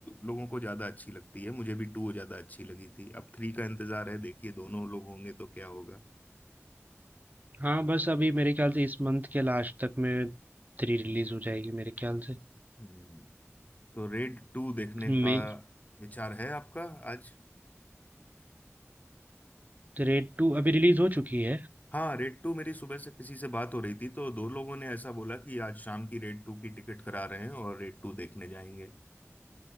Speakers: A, on the left; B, on the right.
A: लोगों को ज्यादा अच्छी लगती है मुझे भी टू ज्यादा अच्छी लगी थी अब थ्री का इंतजार है देखिए दोनों लोग होंगे तो क्या होगा
B: हाँ बस अभी मेरे ख्याल से इस मंथ के लास्ट तक में थ्री रिलीज हो जाएगी मेरे ख्याल से
A: हम्म तो रेड टू देखने
B: मे
A: का विचार है आपका आज
B: रेड टू अभी रिलीज हो चुकी है
A: हाँ रेड टू मेरी सुबह से किसी से बात हो रही थी तो दो लोगों ने ऐसा बोला कि आज शाम की रेड टू की टिकट करा रहे हैं और रेड टू देखने जाएंगे